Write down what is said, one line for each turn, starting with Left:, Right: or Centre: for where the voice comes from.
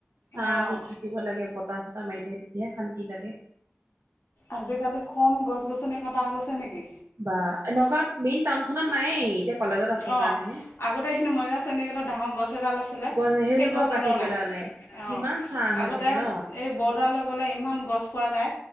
Right: ছাটো
Left: অঁ
Right: থাকিব লাগে বত বতাহ চতাহ মাৰি থাকে তেতিয়াহে শান্তি লাগে
Left: আজিকালি কম গছ গছনি কটা গৈছে নেকি
Right: বা নগাঁৱত মেইন টাউন খনত নায়েই এতিয়া কলেজত আছে
Left: অঁ
Right: কাৰণে হে
Left: আগতে এইখিনি মৰিগাঁও চণ্ডীগেটত ডাঙৰ গছ এডাল আছিলে
Right: গছ সেইজোপাও
Left: সেই গছডালো
Right: কাটি পেলালে
Left: নাই
Right: কিমান
Left: অঁ
Right: ছাঁ হৈ
Left: আগতে
Right: থাকে ন।
Left: এই বৰদালে গ'লে ইমান গছ পোৱা যায়